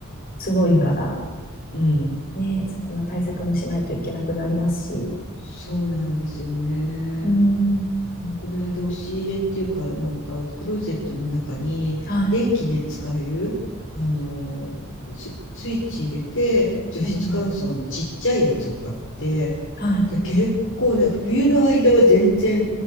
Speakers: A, on the left (about 45°); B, on the left (about 65°).
A: すごいから、
B: うん、うん。
A: ね、そこの対策もしないといけなくなりますし。
B: そうなんですよね。
A: うん。
B: うんこの間押し入れっていうかなんかクローゼットの中に電気で使えるあのス、
A: はい。
B: スイッチ入れて除湿乾燥のちっちゃいやつを買って
A: うんうん。はい。
B: で結構なんか冬の間は全然